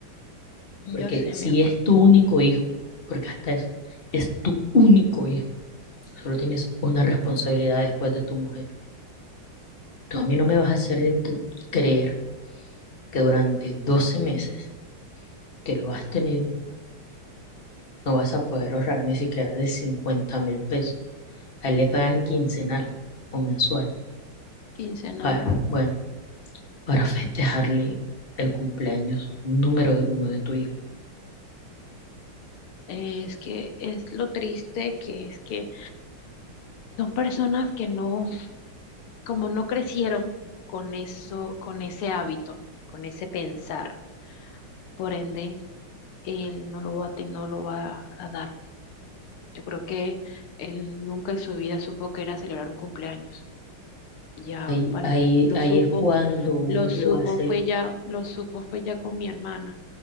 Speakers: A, on the left (about 85°); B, on the left (about 30°).
A: Yo
B: porque
A: sé,
B: si
A: mi amor.
B: es tu único hijo, porque hasta eso, es tu único hijo, solo tienes una responsabilidad después de tu mujer. Tú a mí no me vas a hacer ente- creer que durante 12 meses que lo has tenido, no vas a poder ahorrar ni siquiera de cincuenta mil pesos. A él le pagan quincenal o mensual.
A: Quincenal.
B: para Bueno, para festejarle el cumpleaños número uno de tu hijo.
A: Es que es lo triste que es que son personas que no, como no crecieron con eso, con ese hábito, con ese pensar, por ende, él no lo va a, te- no lo va a dar. Yo creo que él nunca en su vida supo que era celebrar un cumpleaños. Ya
B: Ahí,
A: fal-
B: ahí,
A: lo
B: ahí
A: supo,
B: es cuando uno
A: lo supo,
B: lo hace,
A: fue ya, lo supo, fue ya con mi hermana.